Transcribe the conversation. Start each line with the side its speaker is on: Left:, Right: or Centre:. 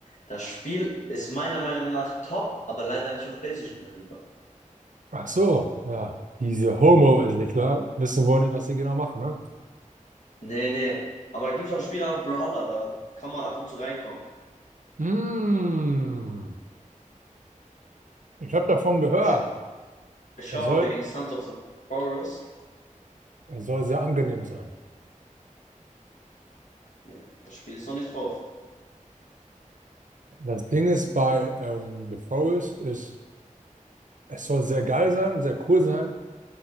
Left: Das Spiel ist meiner Meinung nach top, aber leider nicht auf PlayStation verfügbar.
Right: Ach so, ja. Diese Homo-Entwickler wissen wohl nicht, was sie genau machen, ne?
Left: Nee, nee. Aber da gibt es auch Spiele auf Brawlhalla, da kann man ab und zu reinkommen.
Right: Mm, ich habe davon gehört.
Left: Aber ich, scha ich schaue
Right: Er soll,
Left: mal wegen Sons of the Forest.
Right: er soll sehr angenehm sein.
Left: Nee, das Spiel ist noch nicht drauf.
Right: Das Ding ist bei ähm, The Forest ist, es soll sehr geil sein und sehr cool sein.